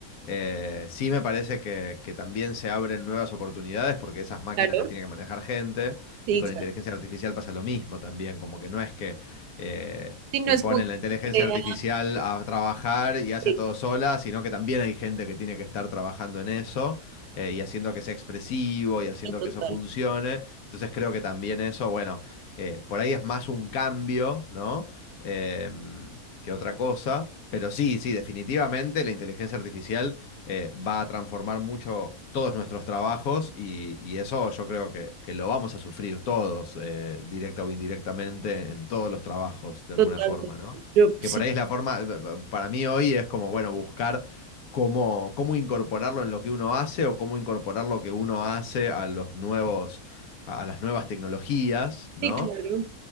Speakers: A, on the left; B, on the right.
A: Eh, sí me parece que, que también se abren nuevas oportunidades porque esas máquinas
B: claro,
A: las tiene que manejar gente
B: sí,
A: y con
B: claro.
A: inteligencia artificial pasa lo mismo también, como que no es que... eh,
B: Sí, no
A: que
B: es
A: ponen
B: como que
A: la inteligencia
B: se crea,
A: artificial a trabajar y hace
B: sí,
A: todo sola, sino que también hay gente que tiene que estar trabajando en eso eh, y haciendo que sea expresivo y haciendo
B: total,
A: que eso funcione. Entonces creo que también eso, bueno, eh, por ahí es más un cambio, ¿no? Em, que otra cosa, pero sí, sí, definitivamente la inteligencia artificial eh, va a transformar mucho todos nuestros trabajos y, y eso yo creo que, que lo vamos a sufrir todos, eh, directa o indirectamente, en todos los trabajos, de
B: total.
A: alguna forma, ¿no?
B: Yo
A: Que
B: sí,
A: por ahí es la forma, eh, eh, para mí hoy es como, bueno, buscar cómo, cómo incorporarlo en lo que uno hace o cómo incorporar lo que uno hace a los nuevos, a, a las nuevas tecnologías, ¿no?
B: sí, claro,